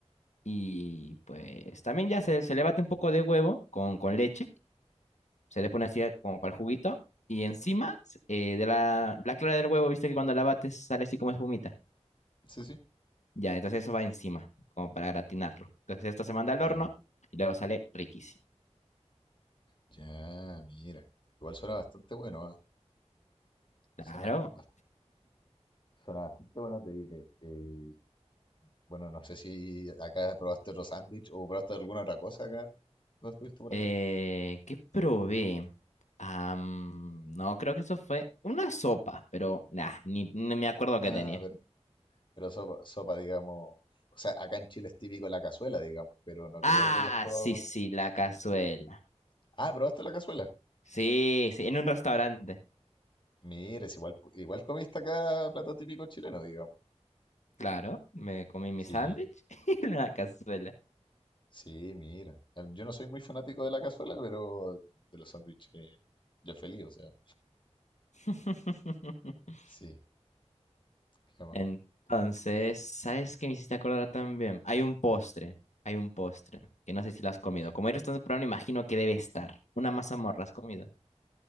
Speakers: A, on the left; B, on the left.
A: Y pues también ya se, se le bate un poco de huevo con, con leche, se le pone así como para el juguito. Y encima eh, de la, la clara del huevo, viste que cuando la bates sale así como espumita.
B: Sí, sí.
A: Ya, entonces eso va encima, como para gratinarlo. Entonces esto se manda al
B: Ya,
A: horno y luego sale riquísimo.
B: ya, mira. Igual suena bastante bueno, ¿ah?
A: Claro.
B: Suena bastante, suena bastante bueno, te diré. Eh, bueno, no sé si acá probaste otro sándwich o probaste alguna otra cosa acá. ¿No estuviste por
A: Eh,
B: acá?
A: ¿qué probé? Am, no, creo que eso fue una sopa, pero nah, ni, ni me acuerdo
B: Ah,
A: qué tenía.
B: pero, pero sopa, sopa, digamos. O sea, acá en Chile es típico la cazuela, digamos, pero no
A: Ah,
B: creo que hayas probado.
A: sí, sí, la cazuela.
B: Ah, ¿probaste la cazuela?
A: Sí, sí, en un restaurante.
B: Mira, es igual, igual comiste acá plato típico chileno, digamos.
A: Claro, me comí mi
B: Sí,
A: sándwich <laughs> y la cazuela.
B: sí, mira. Eh, Yo no soy muy fanático de la cazuela, pero de los sándwiches ya feliz, o sea.
A: <laughs>
B: Sí, qué más.
A: Entonces, ¿sabes qué me hiciste acordar también? Hay un postre, hay un postre, que no sé si lo has comido.
B: Ya.
A: Como eres tan temprano, imagino que debe estar. Una mazamorra, ¿has comido?